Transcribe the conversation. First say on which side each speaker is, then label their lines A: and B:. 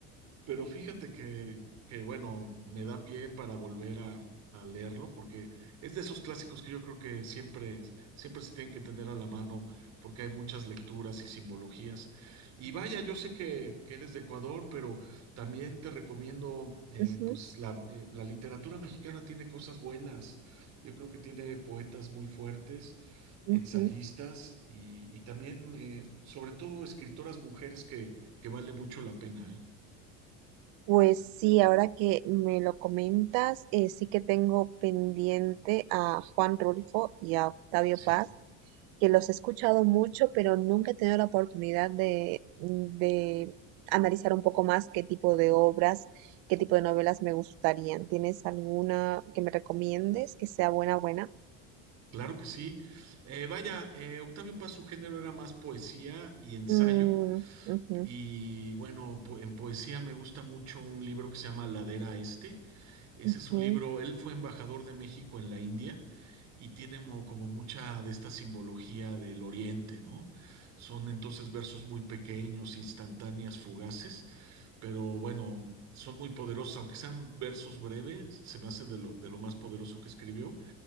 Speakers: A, on the right (about 50°); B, on the right (about 75°).
A: Pero fíjate que, que, bueno, me da pie para volver a, a leerlo, porque es de esos clásicos que yo creo que siempre, siempre se tienen que tener a la mano, porque hay muchas lecturas y simbologías. Y vaya, yo sé que, que eres de Ecuador, pero también te recomiendo, eh,
B: Ujú,
A: pues la, eh, la literatura mexicana tiene cosas buenas. Yo creo que tiene poetas muy fuertes,
B: ujú.
A: ensayistas y, y también, eh, sobre todo, escritoras mujeres que, que vale mucho la pena, ¿eh?
B: Pues sí, ahora que me lo comentas, eh, sí que tengo pendiente a Juan Rulfo y a Octavio
A: Sí.
B: Paz. que los he escuchado mucho, pero nunca he tenido la oportunidad de, mm, de analizar un poco más qué tipo de obras, qué tipo de novelas me gustarían. ¿Tienes alguna que me recomiendes que sea buena, buena?
A: Claro que sí. Eh, vaya, eh, Octavio Paz, su género era más poesía y ensayo.
B: Mm, ujú,
A: Y bueno, po- en poesía me gusta mucho un libro que se llama Ladera Este. Ese
B: ujú,
A: es un libro, él fue embajador de México en la India y tiene mo- como mucha de esta simbología del Oriente, ¿no? Son entonces versos muy pequeños, instantáneas, fugaces, pero bueno, son muy poderosos, aunque sean versos breves, se me hacen de lo, de lo más poderoso que escribió.